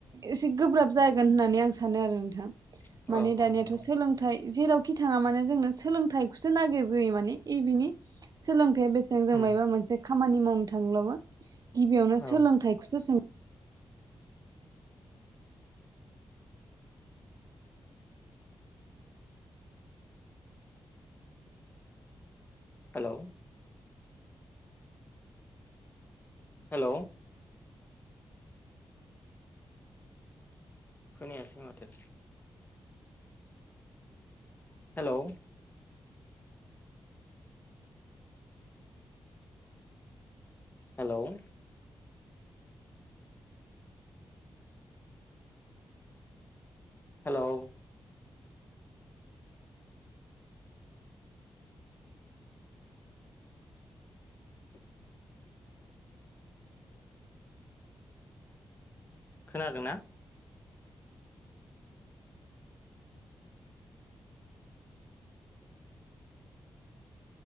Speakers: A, on the right (about 50°); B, on the left (about 25°).
A: एसे गोब्राब जागोन होननानै आं सानो आरो नोंथां।
B: औ
A: माने
B: औ
A: दानियाथ'
B: औ नंगौ
A: सोलोंथाइ जेरावखि बिथाङा माने जोंनो सोलोंथाइखौसो नागिरग्रोयो माने इबिनि सोलोंथाया बेसे जों
B: उम
A: माइबा मोनसे खामानि मावनो थांब्लाबो गिबियावनो
B: औ
A: सोलोंथायखौसो सों
B: हेलौ। हेल'। खोनायासै माथो। हेलौ। हेल'। हेल'। <unintelligible> खोनादों ना?